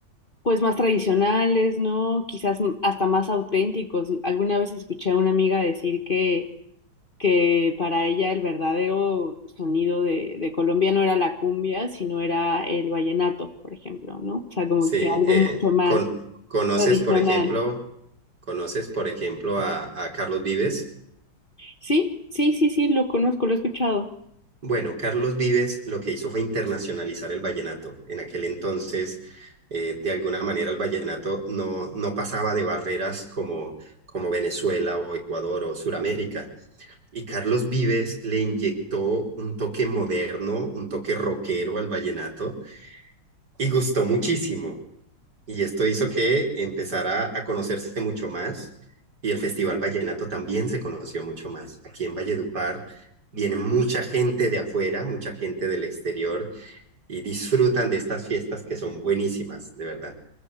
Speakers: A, on the left (about 30°); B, on the right (about 50°).
A: Pues más tradicionales, ¿no? Quizás m- hasta más auténticos. Alguna vez escuché a una amiga decir que, que para ella el verdadero sonido de, de Colombia no era la cumbia, sino era el vallenato, por ejemplo, ¿no? O sea, como
B: Sí,
A: que algo
B: eh,
A: mucho más
B: con, ¿conoces,
A: tradicional.
B: por ejemplo, conoces, por ejemplo, a, a Carlos Vives?
A: Sí, sí, sí, sí, lo conozco, lo he escuchado.
B: Bueno, Carlos Vives lo que hizo fue internacionalizar el vallenato. En aquel entonces, eh, de alguna manera, el vallenato no, no pasaba de barreras como, como Venezuela o Ecuador o Suramérica. Y Carlos Vives le inyectó un toque moderno, un toque rockero al vallenato y gustó muchísimo. Y esto hizo que empezara a conocerse mucho más y el Festival Vallenato también se conoció mucho más. Aquí en Valledupar viene mucha gente de afuera, mucha gente del exterior y disfrutan de estas fiestas que son buenísimas, de verdad.